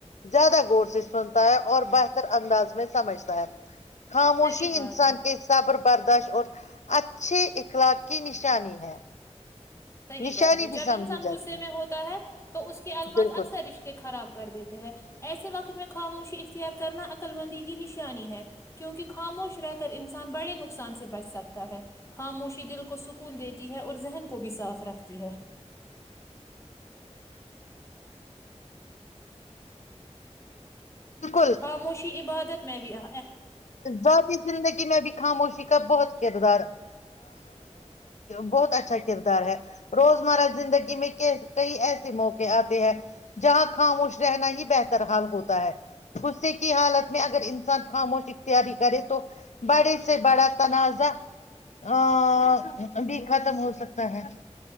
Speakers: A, on the left; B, on the left.
A: زیادہ ور سے سنتا ہے اور بہتر انداز میں سمجھتا ہے خاموشی
B: صحیح بات
A: انسان
B: ہے
A: کے حساب بر برد اور اچھے اخلاق کی نشانی ہے
B: صحیح
A: نشانی
B: بات ہے
A: بھی
B: جب
A: سمجھی
B: انسان
A: جاتی
B: غصے میں ہوتا ہے تو اس کے الفاظ
A: بالکل
B: اکثر رشتے خراب کر دیتے ہیں ایسے وقت میں خاموشی اختیار کرنا عقل بندی کی نشانی ہے کیونکہ خاموش رہ کر انسان بڑے نقصان سے بچ سکتا ہے خاموشی دل کو سکون دیتی ہے اور ذہن کو بھی صاف ترفتی ہے
A: بالکل
B: خاموشی عبادت میں بھی آ
A: ذاتی زندگی میں بھی خاموشی کا بہت کردار بہت اچھا کردار ہے روزمرہ زندگی میں کئی ایسے موقع آتے ہیں جہاں خاموش رہنا ہی بہتر حال ہوتا ہے غصے کی حالت میں اگر انسان خاموش کرے تو بڑے سے بڑا تنازعہ ا بھی ختم ہو سکتا ہے